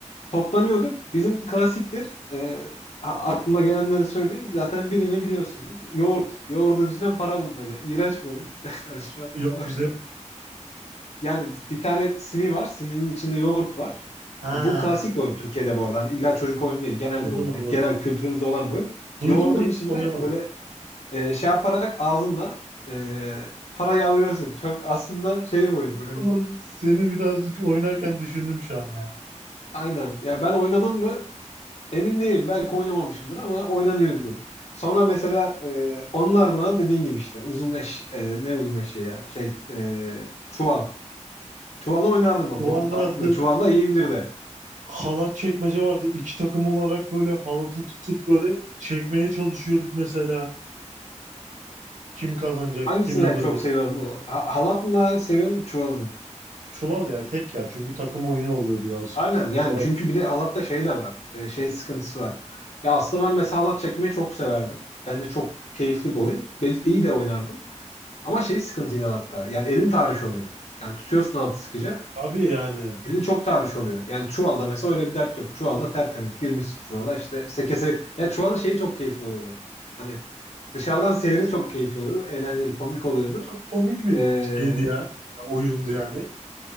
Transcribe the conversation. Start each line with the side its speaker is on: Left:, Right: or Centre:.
Left: Toplanıyorduk. Bizim klasiktir. Ee, a- aklıma gelenleri söyleyeyim. Zaten birini biliyorsundur. Yoğurt. Yoğurdun içinden para bulmaca. İğrenç bir oyun. <laughs> Yani şu an
Right: Yok
Left: o
Right: bizde yok.
Left: Yani bir tane sini var. Sininin içinde yoğurt var.
Right: Ha,
Left: Bu klasik bir oyun Türkiye'de bu arada. Hani İlla çocuk oyunu değil. Genel
Right: anladım
Left: bir oyun. Yani
Right: anladım.
Left: genel kültürümüzde olan bir oyun.
Right: Duydum
Left: Yoğurdun
Right: da hiç
Left: içinde
Right: oynamadım.
Left: böyle e, şey yaparak ağzınla e, parayı alıyorsun. Çok aslında şey bir oyun böyle.
Right: Oğlum, Seni birazcık oynarken düşündüm şu an ya.
Left: Aynen. Ya ben oynadım mı emin değilim. Belki oynamamışımdır ama oynanıyordu. Sonra mesela e, onun ardına dediğin gibi işte uzun eş e, ne uzun eşeği ya şey e, çuval. Çuvalı oynardım ama
Right: Çuval
Left: onun-
Right: vardı.
Left: artık çuvalla iyiyimdir de.
Right: Halat çekmece vardı. İki takım olarak böyle halatı tutup böyle çekmeye çalışıyorduk mesela. Kim kazanacak,
Left: Hangisini
Right: kim yapacak.
Left: en çok seviyorsun? Ha- Halat mı daha seviyorsun, çuval mı?
Right: Çuval ya tek ya. Çünkü takım oyunu oluyor birazcık.
Left: Aynen yani
Right: Allah
Left: çünkü
Right: çekip.
Left: bir de halatta şey de var. e, Şey sıkıntısı var. Ya aslında ben mesela halat çekmeyi çok severdim. Bence çok keyifli bir oyun. Ben iyi de oynardım. Ama şey sıkıntı yine halatta. Yani elin tahriş oluyor. Yani tutuyorsun halatı sıkıca.
Right: Tabii yani.
Left: Elin çok tahriş oluyor. Yani çuvalda mesela öyle bir dert yok. Çuvalda tertemiz girmişsin çuvala işte seke seke. Ya çuvalın şeyi çok keyifli oluyordu. Hani dışarıdan seyri çok keyifli oluyordu. Eğlenceli, komik oluyordu.
Right: Çok komik bir
Left: Ee,
Right: şeydi ya. Oyundu yani.